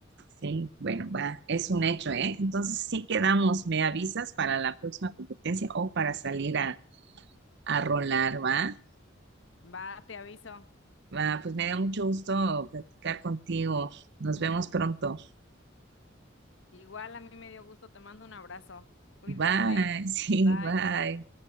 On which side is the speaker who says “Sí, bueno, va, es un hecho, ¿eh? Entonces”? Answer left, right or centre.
Right